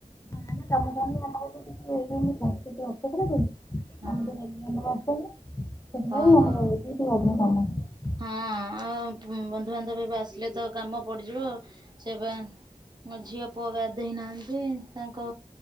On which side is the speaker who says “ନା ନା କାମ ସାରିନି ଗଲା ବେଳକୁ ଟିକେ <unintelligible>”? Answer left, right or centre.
Left